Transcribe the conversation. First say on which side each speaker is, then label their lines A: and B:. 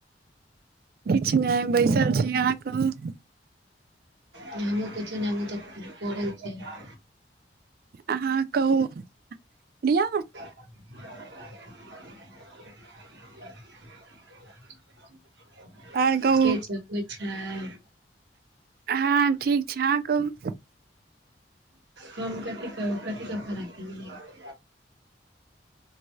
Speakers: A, on the right; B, on the right.
A: किछ नहि बैसल छी अहाँ कहू- -
B: हमहूँ किछु ने हम हुं तऽ परल छलौ।
A: आहाँ कहु लिअ।
B: <unintelligible>
A: आर कहू
B: के छैके छैइ।
A: हँ ठीक छै हँ कहू- -
B: हम कथी कहु कथी सब खानाई खेलियै या।